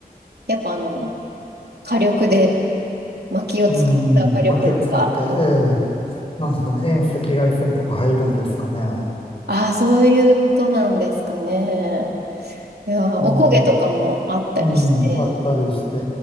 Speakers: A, on the right; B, on the left.
A: やっぱあの、火力で、薪を使った火力でガーッと。
B: うーん、薪を使って、ええ、なんですかね、遠赤外線とか入るんですかね、あれ。
A: ああ、そういうことなんですかね。いやー、おこげとかもあったりして。
B: うん、うん、あったりして、